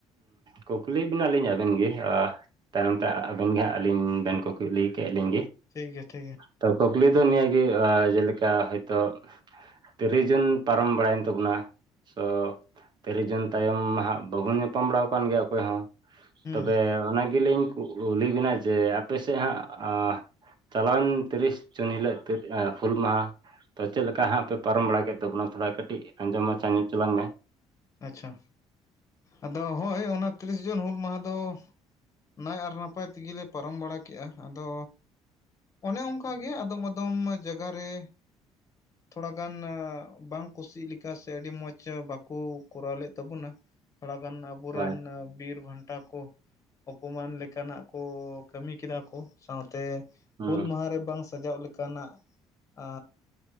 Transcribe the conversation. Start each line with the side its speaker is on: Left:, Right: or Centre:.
Right: ᱠᱩᱠᱞᱤ ᱵᱮᱱᱟᱞᱤᱧ ᱟᱵᱮᱱ ᱜᱮᱼᱼ ᱛᱟᱭᱱᱚᱢ ᱛᱮ ᱟᱵᱮᱱ ᱜᱮ ᱦᱟᱸᱜ ᱟᱹᱞᱤᱧ ᱵᱮᱱ ᱠᱩᱠᱞᱤ ᱠᱮᱫ ᱞᱤᱧ ᱜᱮᱼᱼ
Left: ᱴᱷᱤᱠ ᱜᱮᱭᱟ ᱴᱷᱤᱠ ᱜᱮᱭᱟ
Right: ᱛᱚ ᱠᱩᱠᱞᱤ ᱫᱚ ᱱᱤᱭᱟᱹ ᱜᱮ ᱡᱮᱞᱮᱠᱟ ᱦᱚᱭᱛᱳ ᱛᱤᱨᱤᱥ ᱡᱩᱱ ᱯᱟᱨᱚᱢ ᱵᱟᱲᱟᱭᱮᱱ ᱛᱟᱵᱚᱱᱟ ᱥᱳ ᱛᱤᱨᱤᱥ ᱡᱩᱱ ᱛᱟᱭᱚᱢ ᱢᱟ ᱦᱟᱸᱜ ᱵᱟᱵᱚᱱ ᱧᱟᱯᱟᱢ ᱵᱟᱲᱟ ᱟᱠᱟᱱ ᱜᱮᱭᱟ ᱚᱠᱚᱭ ᱦᱚᱸ
Left: ᱦᱩᱸ
Right: ᱛᱚᱵᱮ ᱚᱱᱟ ᱜᱮᱞᱤᱧ ᱠᱩᱞᱤ ᱵᱮᱱᱟ ᱡᱮ ᱟᱯᱮ ᱥᱮᱫ ᱦᱟᱸᱜ ᱟᱼᱼ ᱪᱟᱞᱟᱣ ᱮᱱ ᱛᱤᱨᱤᱥ ᱡᱩᱱ ᱦᱤᱞᱳᱜ <unintelligible> ᱦᱩᱞ ᱢᱟᱦᱟ ᱛᱚ ᱪᱮᱫ ᱞᱮᱠᱟ ᱦᱟᱸᱜ ᱯᱮ ᱯᱟᱨᱚᱢ ᱵᱟᱲᱟ ᱠᱮᱫ ᱛᱟᱵᱚᱱᱟ ᱛᱷᱚᱲᱟ ᱠᱟᱹᱴᱤᱡ ᱟᱸᱡᱚᱢ ᱢᱟᱪᱷᱟ ᱧᱚᱜ ᱦᱚᱪᱚᱞᱟᱝ ᱢᱮ
Left: ᱟᱪᱪᱷᱟ ᱟᱫᱚ ᱦᱳᱭ ᱚᱱᱟ ᱛᱤᱨᱤᱥ ᱡᱩᱱ ᱦᱩᱞ ᱢᱟᱦᱟ ᱫᱚ ᱱᱟᱭ ᱟᱨ ᱱᱟᱯᱟᱭ ᱛᱮᱜᱮᱞᱮ ᱯᱟᱨᱚᱢ ᱵᱟᱲᱟᱠᱮᱜᱼᱟ ᱟᱫᱚᱼᱼ ᱚᱱᱮ ᱚᱱᱠᱟ ᱜᱮ ᱟᱫᱚᱢ ᱟᱫᱚᱢ ᱡᱟᱭᱜᱟ ᱨᱮᱼᱼ ᱛᱷᱚᱲᱟᱜᱟᱱ ᱵᱟᱝ ᱠᱩᱥᱤᱜ ᱞᱮᱠᱟ ᱥᱮ ᱟᱹᱰᱤ ᱢᱚᱸᱡᱽ ᱵᱟᱠᱚ ᱠᱚᱨᱟᱣ ᱞᱮᱫ ᱛᱟᱵᱚᱱᱟ ᱛᱷᱚᱲᱟᱜᱟᱱ ᱟᱵᱚ
Right: ᱦᱳᱭ
Left: ᱨᱮᱱ ᱵᱤᱨ ᱵᱟᱱᱴᱟ ᱠᱚᱼᱼ ᱚᱯᱚᱢᱟᱱ ᱞᱮᱠᱟᱱᱟᱜ ᱠᱚ ᱠᱟᱹᱢᱤ ᱠᱮᱫᱟ ᱠᱚ ᱥᱟᱶᱛᱮ
Right: ᱦᱩᱸ
Left: ᱦᱩᱞ ᱢᱟᱦᱟ ᱨᱮ ᱵᱟᱝ ᱥᱮ ᱥᱟᱡᱟᱣ ᱞᱮᱠᱟᱱᱟᱜ ᱟ᱾